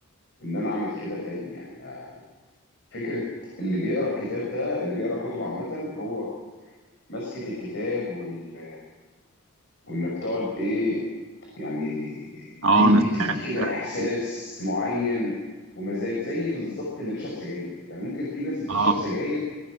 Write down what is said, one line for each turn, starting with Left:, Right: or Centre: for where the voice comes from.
Left: ان انا اعمل كده تاني يعني ما فكره اللي بيقرا الكتاب ده اللي بيقرا كتب عامه هو مسكه الكتاب وال وانك تقعد ايه يعني
Right: اه
Left: دي
Right: انا
Left: دي
Right: سمعت
Left: بتدي كده
Right: فعلا
Left: احساس
Right: كده.
Left: معين ومزاج زي بالظبط اللي بيشرب سجاير يعني ممكن في ناس بتشرب
Right: اه
Left: سجاير